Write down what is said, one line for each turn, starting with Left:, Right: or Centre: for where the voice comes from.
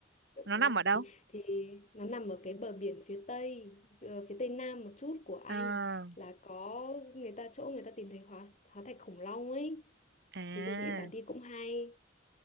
Left: Động
Right: nó
Left: Khủng
Right: nằm
Left: Long
Right: ở đâu?
Left: thì thì nó nằm ở cái bờ biển phía tây ờ, phía tây nam một chút của Anh
Right: À,
Left: là có người ta chỗ người ta tìm thấy hóa hóa thạch khủng long ấy
Right: à,
Left: thì tôi nghĩ bà đi cũng hay